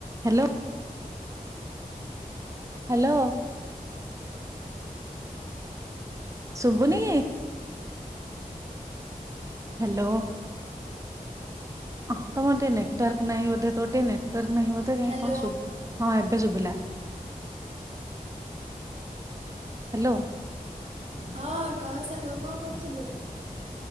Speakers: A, on the right; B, on the right.
A: Hello. Hello. ଶୁଭୁନିକିି? Hello. ହଁ ତମର ଟିକେ ନେଟୱାର୍କ ନାହିଁ ବଧେ ତୋର ଟିକେ <unintelligible> ନାହିଁ ବୋଧେ କାଇଁ
B: ହ୍ୟାଲୋ
A: କଣ ଶୁଭୁ ହଁ ଏବେ ଶୁଭିଲା। ହ୍ୟାଲୋ।
B: ହଁ କହ ସାଙ୍ଗ କଣ କରୁଥିଲୁ।